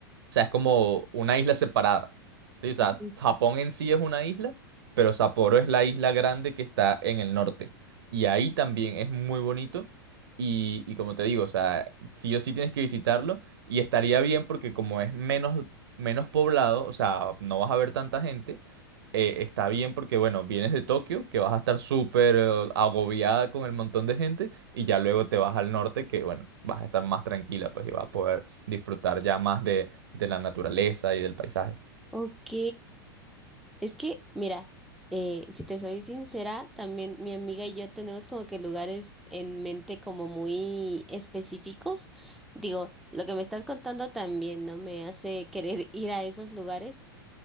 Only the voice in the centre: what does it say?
Ujú.
Ok. Es que, mira, eh, si te soy sincera, también mi amiga y yo tenemos como que lugares en mente como muy específicos. Digo, lo que me estás contando también no me hace querer <laughs> ir a esos lugares.